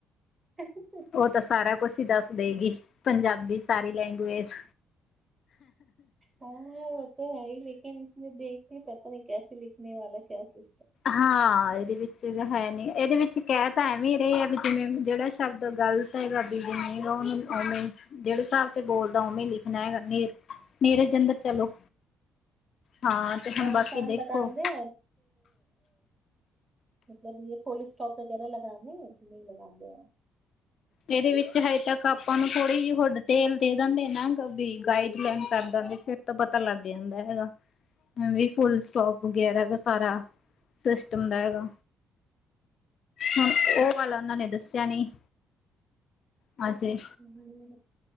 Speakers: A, on the right; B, on the left.
A: <unintelligible>
B: ਉਹ ਤਾਂ ਸਾਰਾ ਕੁਛ ਹੀ ਦੱਸ ਦੇਗੀ। ਪੰਜਾਬੀ ਸਾਰੀ ਲੈਂਗਵੇਜ।
A: ਹਾਂ ਉਹ ਤਾਂ ਹੈ ਹੀ ਲੇਕਿਨ ਇਸਮੇਂ ਦੇਖ ਕੇ ਪਤਾ ਨਹੀਂ ਕੈਸੇ ਲਿਖਣੇ ਵਾਲਾ ਕਿਆ ਸੀ
B: ਹਾਂ ਇਹਦੇ ਵਿੱਚ ਤਾਂ ਹੈ ਨੀ ਇਹਦੇ ਵਿੱਚ ਕਹਿ ਭੈਵੇਂ ਰਹੇ ਆ ਵੀ ਜਿਵੇਂ ਜਿਹੜਾ ਸ਼ਬਦ ਗਲਤ ਹੈਗਾ ਬੀ ਜਿਵੇਂ ਉਹ ਉਵੇਂ ਜਿਹੜੇ ਹਿਸਾਬ ਤੇ ਬੋਲਦਾ ਉਹਵੇਂ ਲਿਖਣਾ ਹੈਗਾ ਹਨੇਰ ਨੇਰੇ ਜਦਰ ਚਲੋ ਹਾਂ ਤੇ
A: ਉਹ
B: ਹੁਣ
A: ਨਿਸ਼ਾਨ
B: ਬਾਕੀ ਦੇਖੋ
A: ਲਗਾਉਂਦੇ ਮਤਲਬ ਯ ਫੁਲ ਸਟੋਪ ਵਗੈਰਾ ਲਗਾਣੇ ਕਿ ਨਹੀਂ ਲਗਾਦੇ
B: ਇਹਦੇ ਵਿੱਚ ਹਜੇ ਤੱਕ ਆਪਾਂ ਨੂੰ ਥੋੜ੍ਹੀ ਜਿਹੀ ਹੋ ਡਿਟੇਲ ਦੇ ਦਿੰਦੇ ਨਾ ਵੀ ਗਾਈਡ ਲਈਨ ਕਰ ਦਿੰਦੇ ਫਿਰ ਤਾਂ ਪਤਾ ਲੱਗ ਜਾਂਦਾ ਹੈਗਾ, ਵੀ ਫੁਲ ਸਟੋਪ ਵਗੈਰਾਗਾ ਸਾਰਾ ਸਿਸਟਮ ਦਾ ਹੈਗਾ, ਹੁਣ ਉਹ ਵਾਲਾ ਉਹਨਾਂ ਨੇ ਦੱਸਿਆ ਨੀ ਹਾਂਜੀ
A: ਹ